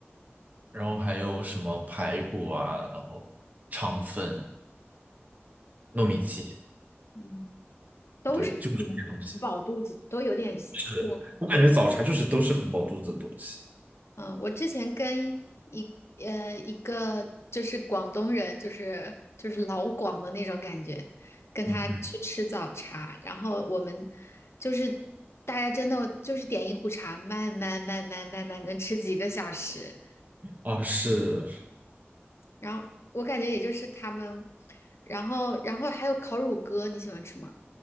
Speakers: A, on the right; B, on the left.
A: 然后还有什么排骨啊，然后肠粉、糯米鸡，
B: 嗯，都是挺挺饱肚子，
A: 对，就是这些东西。
B: 都有点偏。
A: 是，我感觉早茶就是都是很饱肚子的东西。
B: 嗯，我之前跟一呃一个就是广东人，就是就是老广的那种感觉，跟他去吃早茶，
A: 嗯嗯，
B: 然后我们就是大家真的就是点一壶茶，慢慢慢慢慢慢能吃几个小时，
A: 啊是，
B: 然后我感觉也就是他们，然后然后还有烤乳鸽，你喜欢吃吗？